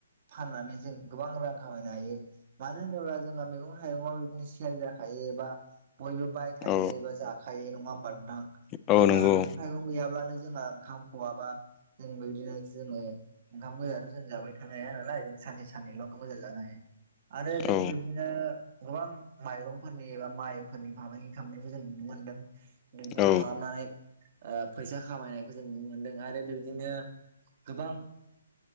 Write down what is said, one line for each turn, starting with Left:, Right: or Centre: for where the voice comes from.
Right: फाननानै जों गोबां रां खामायनो हायो। मानो होनोब्ला जोंहा मैगं थाइगंयाव बिदिनो सेल जाखायो एबा बयबो बायखायो
Left: औ
Right: एबा जाखायो नङा ओमबा नोंथां?
Left: औ
Right: जोंहा
Left: नंगौ
Right: मैगं थाइगं गैयाब्लानो जोंहा ओंखाम खआाबा जों बेदिनो जोङो ओंखाम गोजाथ' जों जाबाय थ ह नालाय सानसे सानैल' ओंखाम गोजान जानो हायो आरो जों
Left: औ
Right: बिदिनो गोबां माइरंफोरनि एबा माइफोरनि फालांगि खालामनायखौ जों नुनो मोनदों दैदिन
Left: औ
Right: खालामनानै फैसा खामायनायखौ जों नुनो मोनदों आरो बेबायदिनो गोबां